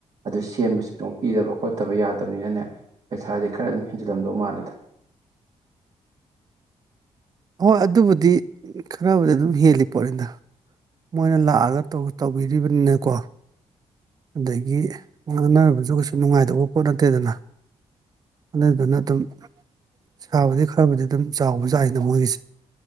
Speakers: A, on the right; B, on the right.
A: ꯑꯗꯨ ꯁꯦꯝꯕꯁꯨ ꯑꯗꯨꯝ ꯄꯤꯗꯕ ꯈꯣꯠꯇꯕ ꯌꯥꯗꯕꯅꯤꯅꯅꯦ ꯄꯩꯁꯥꯗꯤ ꯈꯔ ꯑꯗꯨꯝ ꯍꯦꯟꯖꯤꯜꯂꯝꯗꯧ ꯃꯥꯜꯂꯦꯗ
B: ꯍꯣꯏ ꯑꯗꯨꯕꯨꯗꯤ ꯈꯔꯕꯨꯗꯤ ꯑꯗꯨꯝ ꯍꯦꯜꯂꯤ ꯄꯣꯠꯅꯤꯗ ꯃꯣꯏꯅ ꯂꯥꯛꯑꯒ ꯇꯧꯕꯤꯔꯤꯕꯅꯤꯅꯀꯣ ꯑꯗꯒꯤ ꯉꯥꯡꯅꯔꯕꯁꯨ ꯀꯩꯁꯨ ꯅꯨꯡꯉꯥꯏꯗꯧꯕ ꯄꯣꯠ ꯅꯠꯇꯦꯗꯅ ꯑꯗꯨꯗꯨꯅ ꯑꯗꯨꯝ ꯆꯥꯎꯕꯨꯗꯤ ꯈꯔꯕꯨꯗꯤ ꯑꯗꯨꯝ ꯆꯥꯎꯕꯖꯥꯠꯅꯦ ꯃꯣꯏꯒꯤꯁꯦ